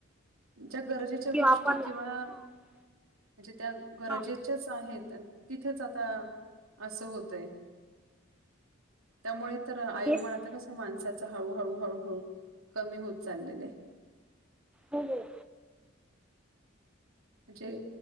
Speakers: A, on the right (about 85°); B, in the centre.
A: ज्या गरजेच्या
B: किंवा
A: गोष्टी
B: आपण
A: किंवा
B: हा
A: म्हणजे त्या गरजेच्या
B: हा
A: आहेत तिथेच आता असं होतंय त्यामुळे तर आयुर्माना
B: हेच
A: आता कस माणसाच हळूहळू हळूहळू कमी होत चाललेले आहे
B: हो हो
A: म्हणजे